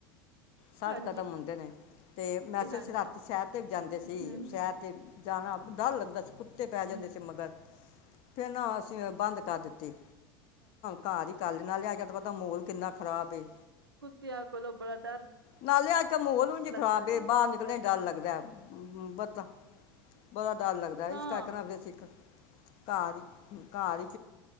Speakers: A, on the left; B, on the right.
A: ਸੱਠ
B: ਹਾਂਜੀ
A: ਕਦਮ ਹੁੰਦੇ ਨੇ। ਤੇ ਮੈਂ ਤਾਂ
B: ਹਾਂਜੀ
A: ਅਸੀਂ ਸੈਰ ਤੇ ਵੀ ਜਾਂਦੇ
B: ਹਮ
A: ਸੀ
B: ਹਮ
A: ਸੈਰ ਤੇ ਜਾਣਾ ਵੀ ਡਰ ਲੱਗਦਾ ਸੀ ਕੁੱਤੇ ਪੈ
B: ਹਮ
A: ਜਾਂਦੇ ਸੀ ਮਗਰ ਫੇਰ ਨਾ ਅਸੀਂ ਬੰਦ ਕਰ ਤੀ ਘਾਹ ਦੀ ਕਾਲੀ ਨਾਲ ਲਿਆ ਕੇ ਤੇ ਖਰਾਬ ਐ
B: ਕੁੱਤਿਆਂ ਕੋਲੋਂ ਬੜਾ ਡਰ
A: ਨਾਲੇ ਅੱਜ ਕੱਲ ਮਾਹੌਲ ਉੰਝ ਹੀ ਖਰਾਬ
B: ਲੱਗਦਾ ਜੀ
A: ਹੈ ਬਾਹਰ
B: ਕੋਲੋਂ ਵੀ
A: ਨਿਕਲਦਿਆਂ ਹੀ ਡਰ ਲੱਗਦਾ <unintelligible> ਡਰ ਲੱਗਦਾ ਇਸ
B: ਹਾਂ
A: ਕਰਕੇ ਆਪਦੇ ਸਿੱਖ ਕਾਹ ਜ ਘਾਹ ਵਾਲੀ